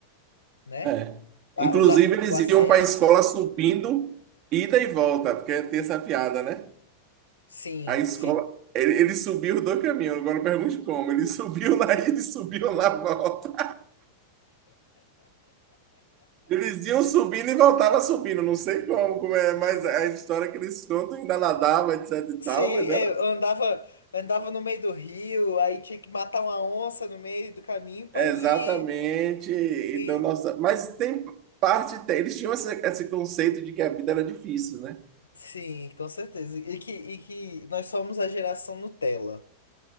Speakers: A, on the left; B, on the right.
A: né?
B: É.
A: A-
B: Inclusive,
A: os a-
B: eles
A: o acesso,
B: iam para a escola subindo, ida e volta, porque tem essa piada, né?
A: sim,
B: A escola.
A: sim.
B: Ele, ele subiu os dois caminhos, agora pergunte como. Ele subiu na ida e <laughs> subiu na volta. Eles iam subindo e voltavam subindo, não sei como, como é, mas
A: C-
B: é a história que eles contam ainda nadava, etc e
A: Sim,
B: tal,
A: é,
B: mas era
A: eu andava, andava no meio do rio, aí tinha que matar uma onça no meio do caminho pra
B: Exatamente.
A: ir. E
B: Então, nossa, mas tem parte, tem- eles tinham esse, esse conceito de que a vida era difícil, né?
A: sim, com certeza. E que, e que nós somos a geração Nutella.